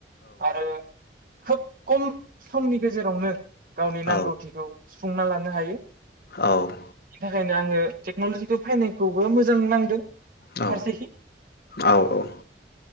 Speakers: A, on the right; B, on the left.
A: आरो खोब खम समनि गेजेरावनो गावनि
B: औ
A: नांगौथिखौ सुफुंना लानो हायो।
B: औ
A: खायनो आङो टेक्न'लजिखौ फायनायखौबो मोजां नांदो।
B: औ
A: फारसेखि
B: औ औ